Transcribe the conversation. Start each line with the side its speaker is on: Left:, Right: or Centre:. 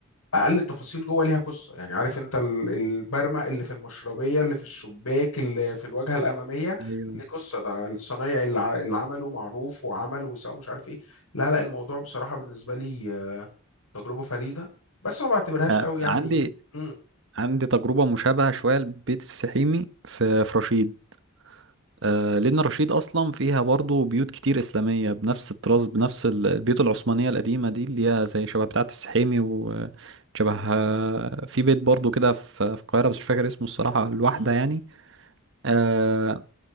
Left: أقل التفاصيل جوه ليها قصة يعني عارف أنت ال- البرمة اللي في المشربية اللي في الشباك اللي في الواجهة الأمامية
Right: ايوه
Left: ده ليه قصة ده الصنايعي اللي ع- اللي عمله معروف وعمل وسوى مش عارف إيه لا لا الموضوع بصراحة بالنسبة لي آه، تجربة فريدة بس ما بعتبرهاش
Right: آه،
Left: قوي يعني
Right: عندي
Left: مم.
Right: عندي تجربة مشابهة شوية لبيت السحيمي في في رشيد آه، لأن رشيد أصلا فيها برضو بيوت كتير إسلامية بنفس الطراز بنفس ال- البيوت العثمانية القديمة دي اللي هي زي شبه بتاعة السحيمي وشبه في بيت برضو كده في في القاهرة بس مش فاكر اسمه الصراحة الواحدة
Left: مم.
Right: يعني آه،